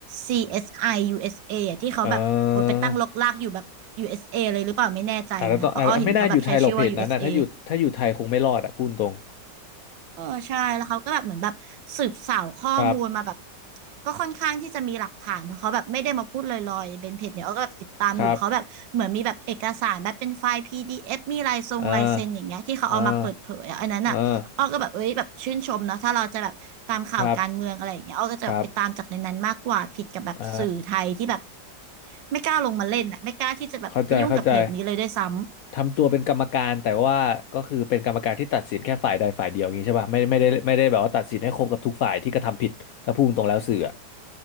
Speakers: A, on the right (about 80°); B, on the left (about 70°).
A: CSI USA อสไอยูเอสเออะที่เขาแบบโอยไปตั้งรกรากอยู่แบบ
B: เอ่อ
A: USA เอสเอเลยหรือเปล่าไม่แน่ใจนะเพราะอ้อเห็นเขาแบบใช้ชื่อว่า
B: อาจจะต้องอาจไม่น่าอยู่ไทยหรอกเพจนั้นนะถ้าอยู่ถ้าอยู่ไทยคงไม่รอดอ่ะพูดตรง
A: USA เออใช่แล้วเขาก็แบบเหมือนแบบสืบสาวข้อมูลมาแบบ
B: ครับ
A: ก็ค่อนข้างที่จะมีหลักฐานเพราะเขาแบบไม่ได้มาพูดลอยๆเบนเพจเนี่ยเขาก็แบบติดตามอยู่เขาแบบเหมือนมีแบบเอกสารแบบเป็นไฟล์
B: ครับ
A: PDF มีลายทรงลายเซ็นอย่างเงี้ยที่เขาเอามาเปิดเผยอะอันนั้นอ่ะอ้อก็แบบเอ้ยแบบชื่นชมเนาะถ้าเราจะแบบตามข่าวการเมืองอะไรอย่างเงี้ยอ้อก็จะแบบไปตามจากในนั้นมากกว่าผิดกับแบบสื่อไทยที่แบบ
B: เอ่าอเอ่าเออครับครับเอ่อ
A: ไม่กล้าลงมาเล่นอ่ะไม่กล้าที่จะแบบไปยุ่งกับเพจนี้เลยด้วยซ้
B: เข้าใจเข้าใจทำตัวเป็นกรรมการแต่ว่าก็คือเป็นกรรมการที่ตัดสินแค่ฝ่ายใดฝ่ายเดียวอย่างนี้ใช่ป่ะไม่ไม่ได้ไม่ได้แบบว่าตัดสินให้ครบกับทุกฝ่ายที่กระทำผิดถ้าพูดตรงแล้วสื่ออะ